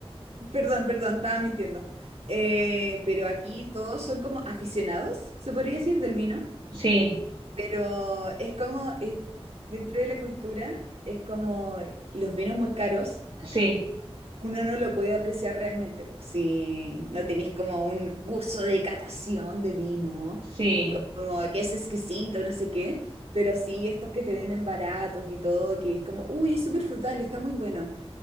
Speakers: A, on the right; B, on the right.
A: perdón, perdón, estaba mintiendo. Eh, pero aquí todos son como aficionados, se podría decir, del vino.
B: Sí,
A: Pero es como, eh, dentro de la cultura, es como eh, los vinos muy caros,
B: sí,
A: uno no lo puede apreciar realmente, po, si no tenéis como un curso de catación de vino,
B: sí,
A: como que es exquisito, no sé qué, pero sí estos que te venden baratos y todo, que es como, uy, es súper frutal, está muy bueno.